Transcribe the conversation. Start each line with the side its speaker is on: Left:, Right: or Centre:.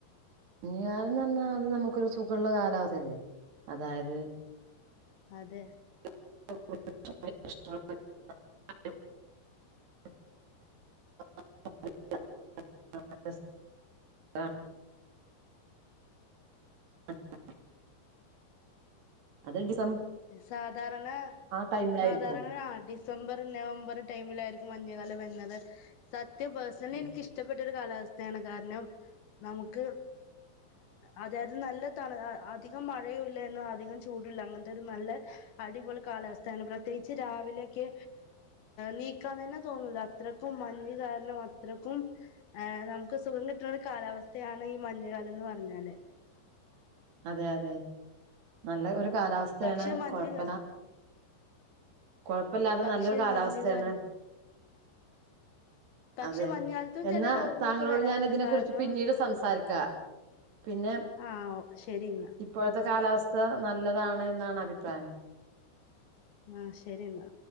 Right: ഞാനെന്ന പറഞ്ഞത് നമ്മുക്ക് ഒരു സുഖമുള്ള കാലാവസ്ഥ അല്ലെ അതായത്
Left: അതെ
Right: <unintelligible> <unintelligible> <inaudible> <inaudible> <inaudible> അത് ഡിസ്
Left: സാധാരണ
Right: ടൈമിലായിരിക്കും
Left: സാധാരണ അ ഡിസംബർ നവംബർ ടൈംമിൽ ആയിരിക്കും മഞ്ഞുകാലം വരുന്നത് സത് പേർസണലി
Right: അതെ
Left: എനിക്കിഷ്ടപ്പെട്ടൊരു കാലാവസ്ഥ കാരണം നമുക്ക് അതെ അത് നല്ല തണു അതികം മഴയില്ല എന്ന അതികം ചൂടുല്ല അങ്ങനെ നല്ല അടിപൊളി കാലാവസ്ഥ ആണ് പ്രേത്യേകിച്ചു രാവിലേക്ക് നിക്കാൻ തന്നെ തോന്നൂല്ല അത്രക്കും മഞ്ഞു കാരണം അത്രക്കും നമുക്ക് സുഖം കിട്ടുണ ഒരു കാലാവസ്ഥ ആണ് ഈ മഞ്ഞു കാലന്ന് പറഞ്ഞാല്
Right: അതെ അതെ നല്ല ഒരു കാലാവസ്ഥ
Left: പക്ഷെ
Right: ആണ്
Left: മഞ്ഞ്
Right: കുഴപ്പ കുഴപ്പല്ലാതെ
Left: പക്ഷെ
Right: നല്ലൊരു കാലാവസ്ഥ
Left: മഞ്ഞുകാലം
Right: ആണ്.
Left: പക്ഷെ
Right: അതെ
Left: മഞ്ഞുകാലത്തും
Right: എന്നാ
Left: ചില രോഗങ്ങളൊക്കെ
Right: താങ്കളോട്
Left: വരാറുണ്ട്
Right: ഞാൻ ഇതിനെ
Left: കാരണം
Right: കുറിച്ച് പിന്നീട് സംസാരിക്കാം പിന്നെ
Left: ആഹ് ശരി എന്നാ
Right: ഇപ്പോഴത്തെ കാലാവസ്ഥ നല്ലതാണെന്നാണ് അഭിപ്രായം
Left: ആഹ് ശരി എന്നാ